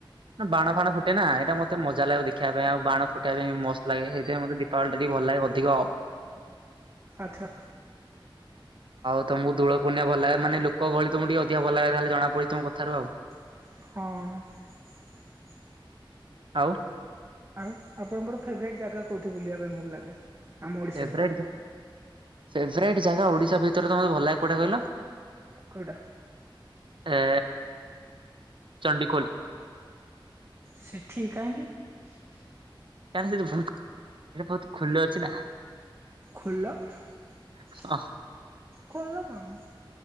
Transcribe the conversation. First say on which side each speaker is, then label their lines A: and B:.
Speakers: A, on the right; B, on the right.
A: ବାଣ ଫାଣ ହୁଟେ ନା ଏଇଟା ମତେ ମତେଜାଗ ଦେଖିବା ପାଇଁ ଆଉ ବାଣ ଫ ସେଇଟା ମସ୍ତ ଲାଗେ ସେଇଥିପାଇ ମୋତେ ଦୀପାବଳି ଟା ବି ଭଲ ଲାଗେ ଅଧିକ ଆଉ
B: ଆଚ୍ଛା
A: ଆଉ ତମକୁ ଦୋଳ ପୁନଣିଆ ଭଲ ଲାଗେ ମାନେ ଲୋକ ଗଳି ତମକୁ ଟିକେ ଅଧିକ ଭଲ ଲାଗେ ତାହେଲେ ଜଣା ପଡଛି ତମ କଥାରୁ ଆଉ
B: ହଁ
A: ଆଉ
B: ଆଉ ଆପଣଙ୍କର ଫେବରଟ ଜାଗା କୋଉଠି ବୁଲିବା ପାଇଁ ଭଲ ଲାଗେ ଆମ ଓଡିଶା ଭିତରେ
A: ଫେଭ ଫେବ୍ରେଟ ଜାଗା ଓଡିଶା ଭିତ <unintelligible> ତମତ ଭଲ ଲାଗ କଉଟେ କହିଲ
B: କୋଉଟା
A: ଆ ଚଣ୍ଡିଗୋଲ୍
B: ସେଠି କାହିଁକିି
A: କ ସେ ଏଇଟା ବହୁତ ଖୋଲ ଅଛି ନା
B: କଣ କହିଲ
A: <unintelligible>
B: କୋଲ କଣ